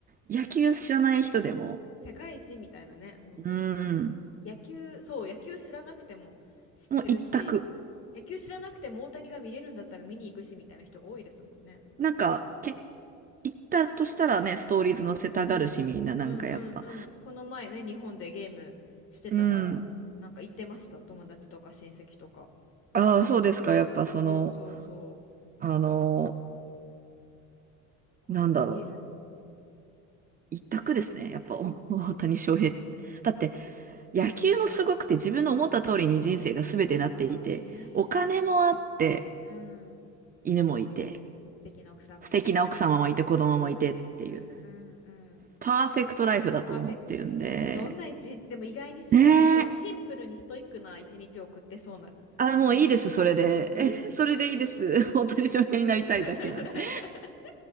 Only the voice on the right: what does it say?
野球知らない人でも、
うーん、
もう一択。
なんか、け、行ったとしたらね、ストーリーズ載せたがるしみんななんかやっぱ。
うん。
ああ、
そうですか。やっぱその、
あの
ーなんだろう。
一択ですね。やっぱお大谷翔平。
だって野球もすごくて自分の思った通りに人生が全てなっていて、
お金もあって、
犬もいて、
素敵な奥様もいて、子供もいてっていう、
パーフェクトライフだと思ってるんで、
ねえ。あ、もういいです、
それで。
<laughs> えそれでいいです。<laughs> 大谷翔平になりたいだけなんで。